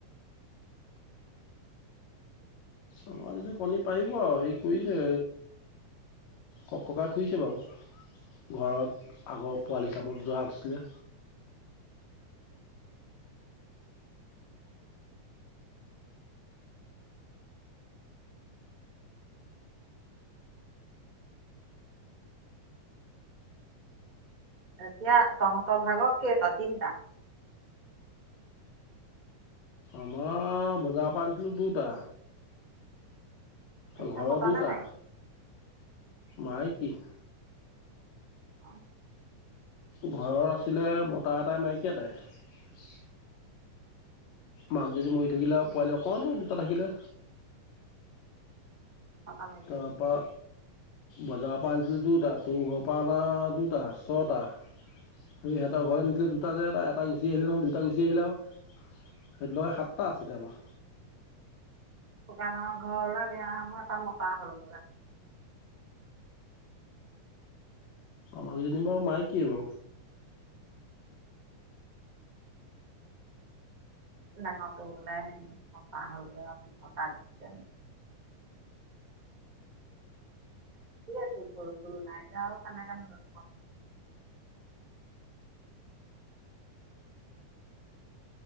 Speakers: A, on the left (about 65°); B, on the right (about 20°).
A: আমাৰ যদি কণী পাৰিব আৰু হেৰি কৰিছে কক-ককাই ফুইছে বাৰু ঘৰত। আগৰ পোৱালি চামত যোৱা আছিলে।
B: এতিয়া তহঁতৰ ভাগৰ কেইটা? তিনটা,
A: আমাৰ বজাৰৰ পৰা আনিছিলোঁ দুটা,
B: সেইকেইটা
A: ঘৰৰ
B: মতা
A: দুটা
B: নে মাইকী
A: মাইক কি?
B: অ,
A: ঘৰৰ আছিলে মতা এটাই মাইকী এটাই। মাক যদি মৰি থাকিলে আৰু পোৱালি অকণ দুটা থাকিলে।
B: মতা মাইকী
A: তাৰ পা বজাৰ ত পৰা আনিছিলে দুটা তোৰ ঘৰৰ পৰা আনা দুটা ছটা স সহঁতৰ ঘতে নিছিলে দুটা যে এটা-এটা গুচি আহিলে নহয় দুটা গুচি আহিলে আৰু সেইটো লগে সাতটা আছে এতিয়া আমাৰ।
B: শুকানৰ ঘৰলৈ নিয়ানো এটা মতা হ'ল বোলে।
A: আমাৰ যদি নিব মাইক কি হব?
B: নেঙত বোলে সেতাহ অ নাইকিয় আৰু ফুল-ফুল নাইতি আৰু কেনে কে <unintelligible>